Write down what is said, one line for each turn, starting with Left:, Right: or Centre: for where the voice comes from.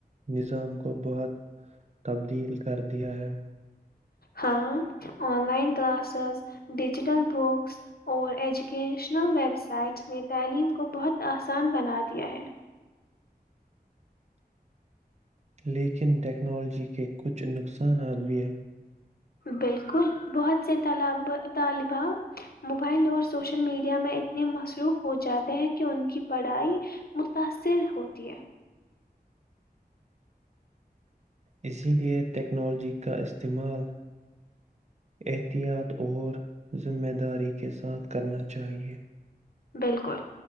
Right: نظام کو بہت تبدیل کر دیا ہے
Left: ہاں online classes digital books اور ایجوکیشنل ویب سائٹس نے تعلیم کو بہت آسان بنا دیا ہے
Right: لیکن ٹیکنالوجی کے کچھ نقصانات بھی
Left: بالکل بہت سے ط طالبہ موبائل اور سوشل میڈیا میں اتنے مصروف ہو جاتے ہیں کہ ان کی پڑھائی متاثر ہوتی ہے
Right: اسی لئے ٹیکنالوجی کا استعمال احتیاط اور ذمہ داری کے ساتھ کرنا چاہیئے
Left: بالکل